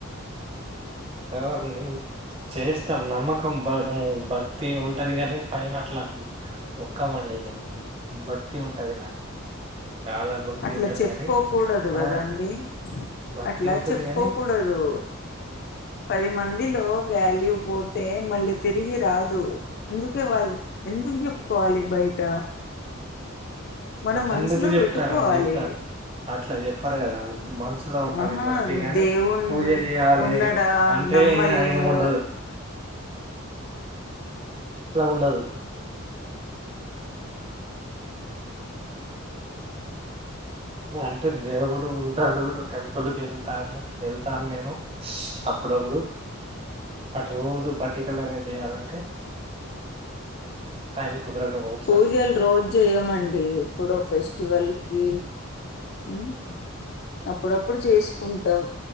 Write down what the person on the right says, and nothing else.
ఆ మేము చేస్తాం నమ్మకం బ భక్తి ఉంటది కానీ పైన అట్ల ముఖం అండి నేను భక్తి ఉంటది నాకు. చాలా భక్తి
ఉంటది
కాని
ఆ భక్తి
ఉంటది
కాని
ఎందుకు చెప్తారండి
ఆ అట్ల చెప్పారు కదా మనసులో ఉంటాది
భక్తి కాని
పూజ చేయాలి
అంటే
అ ఏముండదు. అట్ల ఉండదు వ అంటే దేవుడు ఉంటాడు టెంపుల్ కి వెళ్తాము. వెళ్తాను నేను అప్పుడప్పుడు అటు రోజు పట్ పర్టికులర్ గా చేయాలంటే టైం కుదరకపోవచ్చు
అట్లా